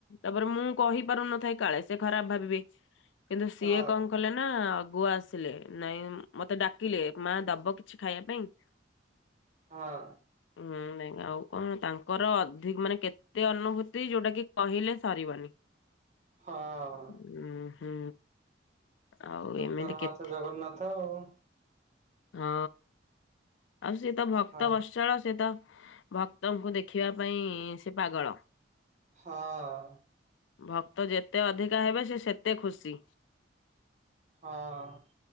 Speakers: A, on the left; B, on the right.
A: ତାପରେ ମୁଁ କହିପାରୁନଥାଏ କାଳେ ସେ ଖରାପ ଭାବିବେ। କିନ୍ତୁ ସିଏ
B: ହଁ
A: କଣ କଲେ ନା ଆଗୁଆ ଆସ୍ ଥିଲେ ନାଇଁ ମତେ ଡାକିଲେ ମା ଦବ କିଛି ଖାଇବା ପାଇଁ?
B: ହଁ।
A: ହୁଁ ନାଇଁ ଆଉ କଣ ତାଙ୍କର ଅଧିକ୍ ମାନେ କେ ଏତେ ଅନୁଭୂତି ଯୋଉଟା କି କହିଲେ ସରିବନି।
B: ହଁ।
A: ଉଁ ହୁଁ। ଆଉ
B: ଜଗତରନାଥ
A: ଏମିତି କେତେ
B: ଜଗନ୍ନାଥ ଆଉ
A: ହଁ ଆଉ ସିଏ ତ ଭକ୍ତ
B: ହଁ।
A: ବତ୍ସଳ ସେ ତ ଭକ୍ତଙ୍କୁ ଦେଖିବା ପାଇଁ ସେ ପାଗଳ।
B: ହଁ।
A: ଭକ୍ତ ଯେତେ ଅଧିକା ହେବେ ସିଏ ସେତେ ଖୁସି।
B: ହଁ।